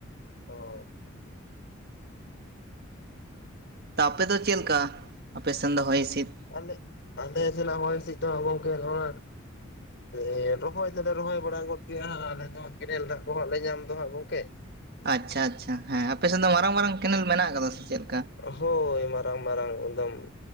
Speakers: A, on the left; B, on the right.
A: ᱚ
B: ᱛᱚ ᱟᱯᱮ ᱫᱚ ᱪᱮᱫ ᱞᱮᱠᱟ ᱟᱯᱮ ᱥᱮᱱ ᱫᱚ ᱦᱚᱭ ᱦᱤᱥᱤᱫ?
A: ᱟᱞᱮ ᱟᱞᱮ ᱥᱮᱱᱚᱜ ᱦᱚᱭ ᱦᱤᱥᱤᱫ ᱫᱚᱦᱟᱸᱜ ᱜᱚᱝᱠᱮ ᱱᱚᱣᱟ ᱼᱼ ᱮ ᱨᱚᱦᱚᱭ ᱫᱚᱞᱮ ᱨᱚᱦᱚᱭ ᱵᱟᱲᱟ ᱜᱚᱫ ᱠᱮᱜ-ᱟ ᱟᱞᱮ ᱫᱚ ᱦᱟᱸᱜ ᱠᱮᱱᱮᱞ ᱫᱟᱜ ᱠᱚᱦᱟᱸᱜ ᱞᱮ ᱧᱟᱢ ᱫᱚ ᱦᱟᱸᱜ ᱼᱼ ᱠᱮ ᱼᱼ
B: ᱟᱪᱪᱷᱟ ᱟᱪᱪᱷᱟ ᱦᱮᱸ ᱟᱯᱮᱥᱮᱱ ᱫᱚ ᱢᱟᱨᱟᱝ ᱢᱟᱨᱟᱝ ᱠᱮᱱᱮᱞ ᱢᱮᱱᱟᱜ ᱠᱟᱫᱟ ᱥᱮ ᱪᱮᱫ ᱞᱮᱠᱟ?
A: ᱦᱳᱭ ᱢᱟᱨᱟᱝ ᱢᱟᱨᱟᱝ ᱮᱫᱚᱢ ᱾